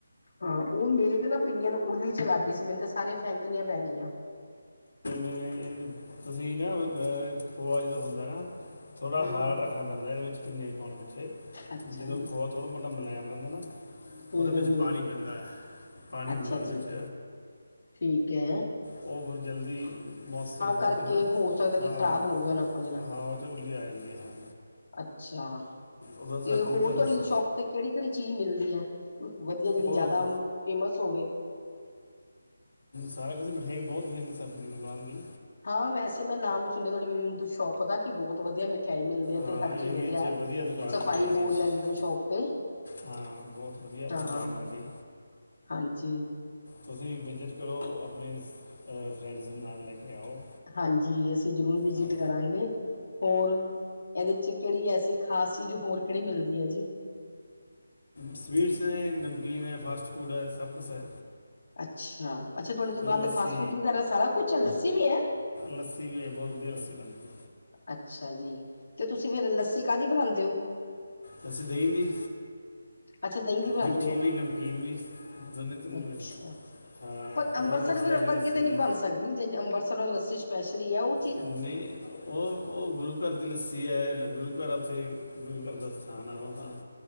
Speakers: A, on the left (about 60°); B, on the left (about 80°).
A: ਹਾਂ ਓ ਮੇਰੇ 'ਤੇ ਨਾ ਪਿੰਨੀਆਂ ਨੂੰ ਉੜਲੀ ਜੀ ਲਾਗੀ ਸੀ ਮੈਨੂੰ ਤਾਂ ਸਾਰੀਆਂ ਫੈਂਕਣੀਆਂ ਪੈ ਗਈਆਂ।
B: ਏ ਤੁਸੀ ਨਾ ਅ ਖੋਆ ਜਦੋਂ ਹੁੰਦਾ ਨਾ ਥੋੜਾ
A: ਹੂੰ
B: ਹਾਰਡ
A: ਹੂੰ
B: ਰੱਖਣਾ ਪੈਂਦਾ ਏਦੇ ਵਿੱਚ ਪਿੰਨੀਆਂ 'ਚ ਪਾਨ ਪਿੱਛੇ।
A: ਅੱਛਾ
B: ਜਦੋਂ
A: ਜੀ
B: ਖੋਆ ਥੋੜਾ ਮੋਟਾ ਮੁਲਾਇਮ ਰਹਿੰਦਾ ਨਾ
A: ਹੂੰ
B: ਉਦੇ ਵਿੱਚ
A: ਹੂੰ ਹੂੰ
B: ਪਾਣੀ ਪੈਂਦਾ, ਪਾਣੀ
A: ਅੱਛਾ
B: ਹੁੰਦਾ ਉਦੇ
A: ਜੀ
B: ਵਿੱਚ।
A: ਠੀਕ ਐ।
B: ਓ ਫੇਰ ਜਲਦੀ ਮੋਸਰੀ ਫੜ
A: ਕਰਕੇ
B: ਕੇ ਨਾ
A: ਹੋ ਸਕਦਾ ਕਿ
B: ਹਾਂ,
A: ਖ਼ਰਾਬ ਹੋ ਗਈਆਂ ਹੋਣ ਆਪਣੀਆਂ।
B: ਹਾਂ ਓ 'ਚ ਉੱਲੀ ਆ ਜਾਂਦੀ ਆ ਹਾਂ।
A: ਅੱਛਾ
B: ਉਦੋਂ ਸਰਦੀ
A: 'ਤੇ ਹੋਰ
B: ਤੋਂ
A: ਤੁਹਾਡੀ
B: ਵੈਸੇ
A: ਸ਼ੋਪ 'ਤੇ ਕਿਹੜੀ-ਕਿਹੜੀ ਚੀਜ਼ ਮਿਲਦੀ ਆ ਵਧੀਆ ਜਿਹੜੀ
B: ਹੋਰ
A: ਜਿਆਦਾ ਫੇਮਸ ਹੋਵੇ?
B: ਸਾਰਾ ਕੁਛ ਮਠਿਆਈ ਬੋਤ ਫੇਮਸ ਐ ਆਪਣੀ ਦੁਕਾਨ ਦੀ।
A: ਹਾਂ ਵੈਸੇ ਮੈਂ ਨਾਮ ਸੁਣਿਆ ਤੁਹਾਡੀ ਮ ਸ਼ੋਪ ਦਾ ਕਿ ਬੋਤ ਵਧੀਆ ਮਿ ਠਿਆਈ ਮਿਲਦੀ ਐਥੇ
B: ਹਾਂ
A: ਹਰ
B: ਏਰੀਏ
A: ਚੀਜ਼ ਵਧੀਆ,
B: 'ਚ ਦੁਕਾਨ
A: ਸਫ਼ਾਈ
B: ਆ ਆਪਣੀ ਏਰੀਏ
A: ਬੋਤ
B: 'ਚ
A: ਐ ਏਦੀ ਦੀ ਸ਼ੋਪ 'ਤੇ।
B: ਹਾਂ ਬੋਤ ਵਧੀਆ ਦੁਕਾਨ
A: ਹਾਂ।
B: ਆਲੀ।
A: ਹਾਂਜੀ।
B: ਤੁਸੀਂ ਵਿਜਿਟ ਕਰੋ ਆਪਣੇ ਅ ਫਰੈਂਡਸ ਨੂੰ ਨਾਲ ਲੈ ਕੇ ਆਓ।
A: ਹਾਂਜੀ ਅਸੀਂ ਜ਼ਰੂਰ ਵਿਜਿਟ
B: ਹਾਂ
A: ਕਰਾਂਗੇ, ਹੋਰ ਏਦੇ 'ਚ ਕਿਹੜੀ ਐਸੀ ਖਾਸ ਚੀਜ਼ ਹੋਰ ਕਿਹੜੀ ਮਿਲਦੀ ਐ ਜੀ?
B: ਸਵੀਟਸ ਨੇ, ਨਮਕੀਨ ਏ, ਫਾਸਟ ਫੂਡ ਐ ਸਭ ਕੁਛ ਐ।
A: ਅੱਛਾ, ਅੱਛਾ ਤੁਹਾਡੀ ਦੁਕਾਨ
B: ਲੱਸੀ
A: 'ਤੇ ਫਾਸਟ ਫੂਡ ਵਗੈਰਾ ਸਾਰਾ ਕੁਛ ਐ ਲੱਸੀ ਵੀ ਐ?
B: ਲੱਸੀ ਵੀ ਐ ਬੋਤ ਵਧੀਆ ਲੱਸੀ ਬਣਦੀ।
A: ਅੱਛਾ ਜੀ 'ਤੇ ਤੁਸੀਂ ਫੇਰ ਲੱਸੀ ਕਾਦੀ ਬਣਾਂਦੇ ਓ?
B: ਲੱਸੀ ਦਈ ਦੀ।
A: ਅੱਛਾ ਦਹੀਂ ਦੀ ਬਣਾਉਂਦੇ
B: ਮਿੱਠੀ
A: ਹੋ
B: ਵੀ, ਨਮਕੀਨ ਵੀ ਦੋਨੇ-ਤਿੰਨੇ
A: ਅੱਛਾ।
B: ਮ। ਹਾਂ
A: ਪਰ ਅੰਮ੍ਰਿਤਸਰ
B: ਰਵਵਸਾ
A: ਵੀ
B: ਆਲੀ
A: ਵਰਗੀ
B: ਲੱਸੀ।
A: ਤਾਂ ਨਹੀਂ ਬਣ ਸਕਦੀ ਜਿੰਝ ਅੰਬਰਸਰੋਂ ਲੱਸੀ ਸਪੈਸ਼ਲੀ ਐ ਓ
B: ਨਈ ਓ, ਓ ਗੁਰੂ ਘਰ ਦੀ ਲੱਸੀ ਐ ਗੁਰੂ ਘਰ ਆ ਉੱਥੇ ਗੁਰੂ ਘਰ ਦਾ ਸਥਾਨ ਆ ਓ ਤਾਂ,